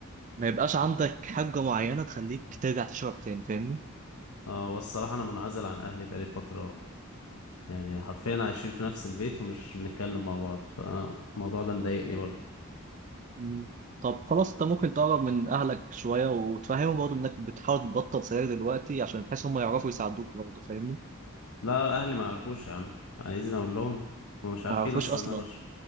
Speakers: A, on the right (about 35°); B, on the left (about 85°).
A: ما يبقاش عندك حاجة معينة تخليك ترجع تشرب تاني فاهمني؟
B: اه والصراحه انا منعزل عن اهلي بقالي فتره يعني حرفيا عايشين في نفس البيت ومش بنتكلم مع بعض فالموضوع ده مضايقني برضه
A: مم. طب خلاص أنت ممكن تقرب من أهلك شوية وتفهمهم برضه إنك بتحاول تبطل سجاير دلوقتي عشان بحيث هم يعرفوا يساعدوك برضه فاهمني؟
B: لا اهلي ما يعرفوش يا عم عايزين اقول لهم هم مش
A: ما
B: عارفين
A: اعرفوش
B: اصلا
A: اصلا
B: ان انا بشرب